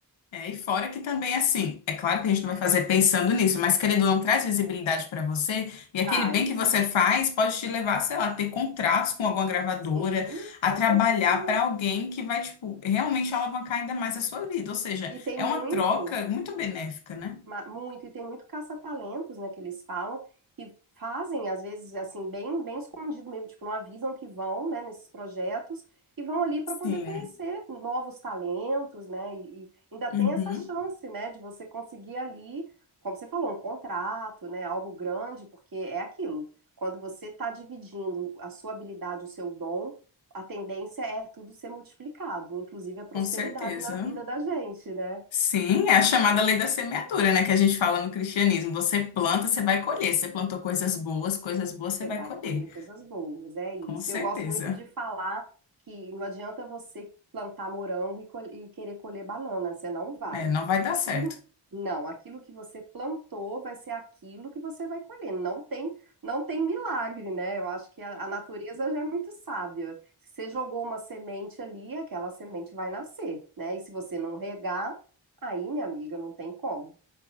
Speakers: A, on the left; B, on the right.
A: É, e fora que também, assim, é claro que a gente não vai fazer pensando nisso, mas querendo ou não, traz visibilidade para você, e aquele
B: Traz.
A: bem que você faz pode te levar, sei lá, a ter contratos com alguma gravadora,
B: Sim,
A: a
B: com
A: trabalhar
B: certeza.
A: para alguém que vai, tipo, realmente alavancar ainda mais a sua vida. Ou seja,
B: E tem
A: é
B: muito,
A: uma troca muito benéfica, né?
B: Ma- Muito, e tem muito caça-talentos, né, que eles falam, que fazem, às vezes, assim, bem, bem escondido mesmo, tipo, não avisam que vão, né, nesses projetos, e vão ali para
A: Sim,
B: poder conhecer novos talentos, né, e, e ainda tem
A: Uhum.
B: essa chance, né, de você conseguir ali, como você falou, um contrato, né, algo grande, porque é aquilo, quando você está dividindo a sua habilidade, o seu dom, a tendência é tudo ser multiplicado, inclusive a prosperidade
A: com certeza.
B: na vida da gente, né?
A: Sim, é a chamada lei da semeadura, né, que a gente fala no cristianismo. Você planta, você vai colher. Você plantou coisas boas, coisas boas
B: Você
A: você vai
B: vai
A: colher.
B: colher coisas boas, é isso.
A: Com certeza.
B: Eu gosto muito de falar que não adianta você plantar morango e, col- e querer colher banana, você não vai.
A: É, não vai dar
B: Aquilo,
A: certo.
B: não, aquilo que você plantou vai ser aquilo que você vai colher. Não tem, não tem milagre, né? Eu acho que a, a natureza já é muito sábia. Se você jogou uma semente ali, aquela semente vai nascer, né? E se você não regar, aí, minha amiga, não tem como.